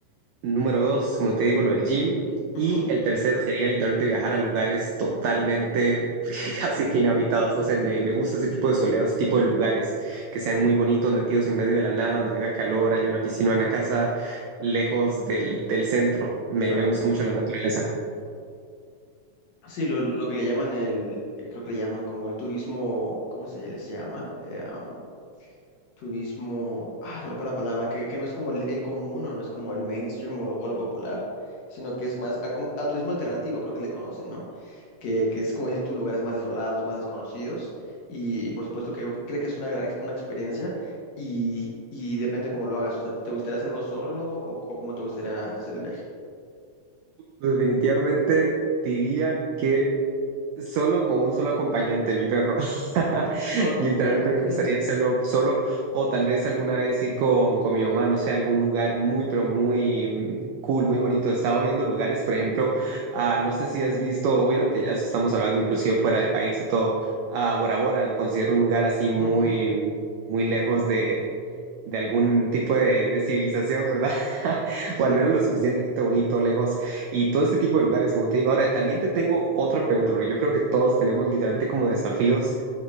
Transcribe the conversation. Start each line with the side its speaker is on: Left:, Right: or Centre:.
Right: Número dos, como te digo, lo del gym. Y
Left: Ujú,
Right: el tercero sería literalmente viajar a lugares totalmente <laughs> casi que inhabitados. No sé, me, me gusta ese tipo de soledad, ese tipo de lugares que sean muy bonitos, metidos en medio de la nada, donde haga calor, haya una piscina, una casa lejos del, del centro. Me,
Left: claro.
Right: me gusta mucho la naturaleza.
Left: Sí, lo, lo que le llaman el, eh, creo que le llaman como el turismo, ¿cómo se les llama? Eh, am, turismo, ah, se me fue la palabra, que, que no es como el, el común o no es como el mainstream o lo, o lo popular, sino que es más a, como- a turismo alternativo, creo que le conocen, ¿no? que, que es como dices tú, lugares más desolados, más desconocidos, y, y por supuesto que creo, creo que es una gran ex- una experiencia y, y depende cómo lo hagas, o sea, ¿te gustaría hacerlo solo o, o cómo te gustaría hacer el viaje?
Right: Definitivamente diría que solo con un solo acompañante, mi perro. <laughs>
Left: Solo con
Right: Literalmente
Left: tu perro, ok.
Right: me gustaría hacerlo solo o tal vez alguna vez ir con, con mi mamá, no sé, a algún lugar muy, pero muy mm, cool, muy bonito. Estaba viendo lugares, por ejemplo, ah, no sé si has visto, obviamente ya estamos hablando inclusive fuera de país y todo, a Bora Bora lo considero un lugar así muy,
Left: Ujú,
Right: muy lejos de... de algún tipo de, de civilización, ¿verdad? <laughs>
Left: Sí,
Right: O al menos lo suficientemente bonito, lejos y todo este tipo de lugares, como te digo. Ahora, también te tengo otra pregunta, porque yo creo que todos tenemos literalmente como desafíos,